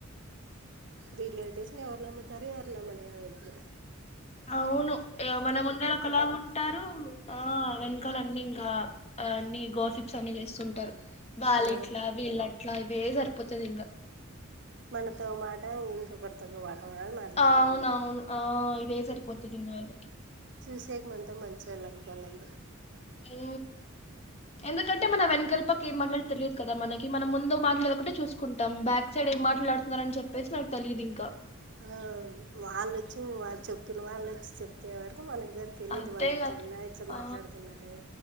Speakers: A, on the right (about 55°); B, on the left (about 30°).
A: రిలేటివ్స్ని ఎవరు నమ్ముతారు ఎవరు నమ్మలేరు ఎప్పుడు
B: అవును ఇగ మన ముంద ఒకలాగా ఉంటారు ఆ అవ కాల అన్ని ఇంకా అన్ని గోసిప్స్ అన్ని చేస్తుంటారు వాలిట్లా
A: ఆ!
B: వీళ్ళట్లా వే సరిపోత ఇంకా
A: మనతో మాట ఇంకొకరితో ఓ మాట అని మాట్లాడతారు
B: అవునవును
A: అంతే
B: ఆ ఇదే సరిపోతదింగ వాళ్ళకి
A: చూసేకు మన్ తో మంచోళ్ళు అనుకోవాలింతే
B: ఊ ఎందుకంటే మన వెనకల్పాకి ఏం మాట్లాడ తెలియదు కదా మనకి మనం ముందు మాట్లాడ ఒకటే చూసుకుంటాం బ్యాక్ సడ ఏం మాట్లాడుతున్నారు అని చెప్పేసి నాకు తెలీయదు ఇం క
A: ఆ వాళ్ళొచ్చి వాళ్ళు చెప్పిన వాళ్ళొచ్ చెప్తేవారు మనకు కాని తెలియదు
B: అదే
A: వాళ్ళు ఇట్లన్నా
B: కదా
A: ఇట్లా
B: ఆ
A: మాట్లాడుతున్నారే